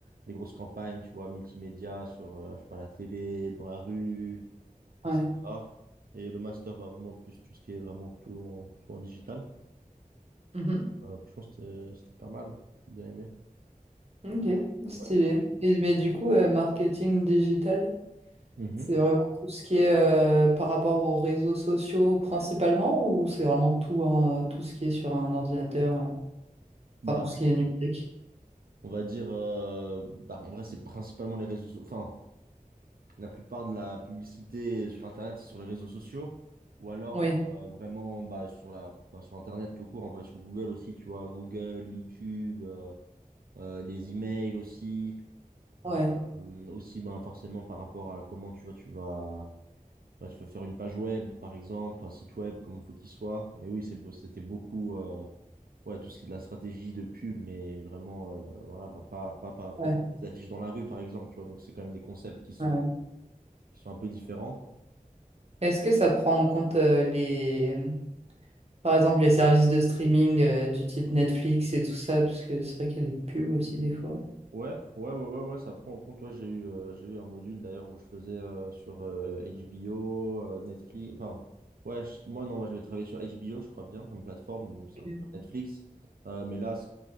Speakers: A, on the right; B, on the right.
A: des grosses campagnes, tu vois, multimédia sur, euh, je sais pas, la télé, dans la rue, etc.
B: Ouais.
A: Et le master va vraiment plus tout ce qui est vraiment tout en, tout en digital.
B: Mhm.
A: Euh, franchement, c'était c'était pas mal. J'ai bien aimé.
B: Ok. Stylé.
A: Ouais.
B: Et, mais du coup, euh, marketing digital,
A: Mhm.
B: c'est vraiment tout ce qui est euh, par rapport aux réseaux sociaux principalement ou c'est vraiment tout, hein, tout ce qui est sur un ordinateur, euh,
A: Bah,
B: enfin tout ce qui est numérique?
A: on va dire, euh, bah, en vrai, c'est principalement les réseaux, so- enfin, La plupart de la publicité sur Internet, c'est sur les réseaux sociaux, ou alors
B: Oui.
A: euh, vraiment bah, sur la, bah, sur Internet tout court, en vrai, sur Google aussi, tu vois, Google, YouTube, euh, euh, les emails aussi,
B: Ouais.
A: euh, euh, aussi bah, forcément par rapport à comment tu vois, tu vas, bah, tu vas faire une page web, par exemple, un site web, comment il faut qu'il soit. Mais oui, c'est, beau- c'était beaucoup euh, ouais, tout ce qui est de la stratégie de pub, mais vraiment, euh, voilà, bah, pas, pas, pas, pas
B: Ouais.
A: des affiches dans la rue, par exemple, tu vois, donc c'est quand même des concepts qui sont,
B: ouais.
A: qui sont un peu différents.
B: Est-ce que ça prend en compte euh, les, Par exemple, les services de streaming euh, du type Netflix et tout ça, parce que c'est vrai qu'il y a des pubs aussi des fois.
A: Ouais, ouais, ouais, ouais, ouais, ça prend en compte. Ouais, j'ai eu, euh, j'ai eu un module d'ailleurs où je faisais euh, sur euh, HBO, euh, Netflix. Enfin, ouais, je- moi non, moi j'avais travaillé sur HBO, je crois bien, comme plateforme, où
B: Ok.
A: c'est un peu comme Netflix. Euh, mais là, c-